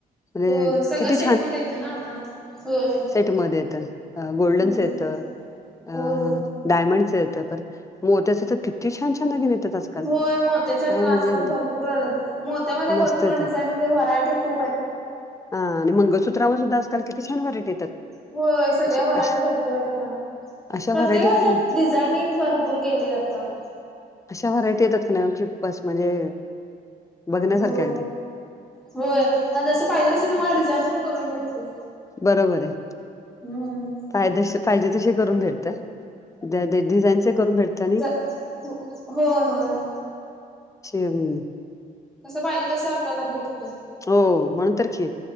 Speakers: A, on the left (about 20°); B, in the centre.
A: म्हणजे
B: हो सगळं
A: किती
B: सेट मध्ये येतं ना आता, होय.
A: सेट मध्ये येत गोल्डन्स
B: होय
A: येत अ.
B: होय.
A: डायमंड चं येतं परत मग मोत्याचं तर किती छान छान दागिने येतात. आजकाल
B: होय मोत्याचे आता
A: काय म्हणजे
B: आजकाल
A: अगदी
B: भरपूर आलेत मोत्या मध्ये भरपुर
A: मस्त येतात
B: डिझाईन म्हणजे व्हरायटी खूप आहेत.
A: हा आणि मंगळसूत्र वर सुद्धा आजकाल किती छान व्हरायटी येतात.
B: होय सगळ्या
A: अशी अशा
B: व्हरायटी
A: अश-
B: भरपुर आहेत आता
A: अशा
B: प्रत्येका
A: व्हरायटी येतात
B: ह्याच्यात
A: मग
B: डिझायनिंग भरपुर केले आता.
A: अशा व्हरायटी येतात का ना की बस म्हणजे बघण्यासारखे
B: हो
A: अगदी
B: होय आणि जशी पाहिजे तशी तुम्हाला डिझाईन पण करून भेटते.
A: बरोबर आहे..
B: हम्म.
A: पाही पाहिजे तसे करून भेटतात डिझाईनचे करून भेटत आणि
B: हो होय.
A: शर <unintelligible>
B: कसं पाहिजे तसं आपल्याला भेटते.
A: हो म्हणुन तर की